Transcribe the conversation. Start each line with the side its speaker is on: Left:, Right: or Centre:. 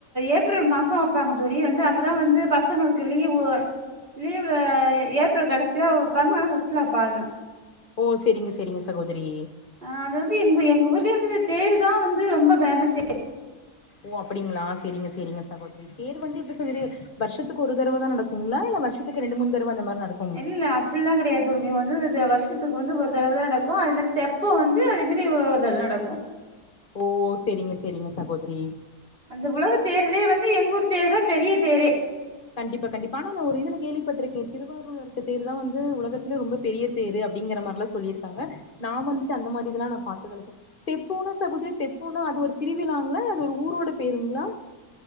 Right: ஏப்ரல் மாசோ வப்பாங்க தோழி வந்து அப்பதா வந்து பசங்களுக்கு லீவு லீவு ஏப்ரல் கடைசியா வைப்பாங்க வேணா ஃபஸ்ட்ல வைப்பாங்க
Left: ஓ செரிங்க செரிங்க சகோதரி
Right: அ அது வந்து எங்க எங்க ஊர்லே வந்து அந்த தேரு தா வந்து ரொம்ப ஃபேமசே
Left: ஓ அப்டிங்ளா செரிங்க செரிங்க சகோதரி தேர் வந்து எப்ப சகோதரி வர்ஷத்துக்கு ஒரு தரவ தா நடக்குங்களா இல்ல வர்ஷத்துக்கு ரெண்டு மூணு தரவ அந்த மாரி நடக்கு
Right: இல்லப் பில்லா கெடையாது தோ இ வந்து வர்ஷத்துக்கு வந்து ஒரு தரவ தா நடக்கு அது மாரி தெப்போ வந்து அதே மாரி ஒரு தரவ தா நடக்கு
Left: ஓ செரிங்க செரிங்க சகோதரி
Right: அந்த உலக தேர்லே வந்து எங்கூரு தேர்தா பெரிய தேரே
Left: கண்டிப்பா கண்டிப்பா ஆனா நா ஒரு இதுல கேள்விப்பட்ருக்கே திருவாரூர்ல இருக்க தேர் தா வந்து உலகத்துல ரொம்ப பெரிய தேரு அப்டிங்ற மாரிலா சொல்லிருக்காங்க நா வந்துட்டு அந்த மாதிரி இதல்லா நா பாத் தெப்போனா சகோதரி தெப்போனா அது ஒரு திருவிழாங்களா அது ஒரு ஊரோட பேருங்களா